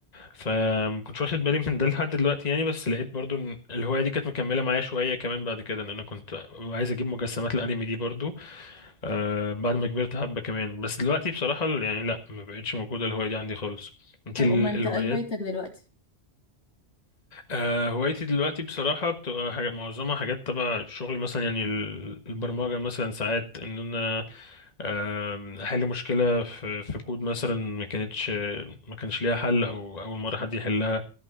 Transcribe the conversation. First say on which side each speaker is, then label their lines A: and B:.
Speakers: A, on the left; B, on the left.
A: فمكنتش واخد بالي من ده لحد دلوقتي يعني بس لقيت برضو ان الهواية دي كانت مكملة معايا شوية كمان بعد كده ان انا كنت عايز اجيب مجسمات الانمي دي برضو آه بعد ما كبرت حبة كمان بس دلوقتي بصراحة ال- يعني لا ما بقتش موجودة الهواية دي عندي خالص انت
B: طب
A: ال-
B: امال انت
A: الهوايات
B: ايه هوايتك دلوقتي
A: آه هوايتي دلوقتي بصراحة بتبقى حاجة معظمها حاجات تبع الشغل مثلا يعني ال- البرمجة مثلا ساعات ان انا آم، احل مشكلة في في كود مثلا ما كانتش ما كانش ليها حل او اول مرة حد يحلها